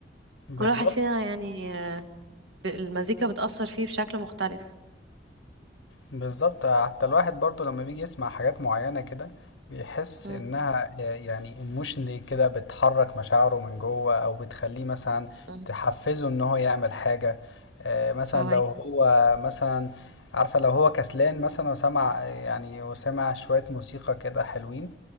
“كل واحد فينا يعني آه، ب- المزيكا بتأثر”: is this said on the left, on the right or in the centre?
Right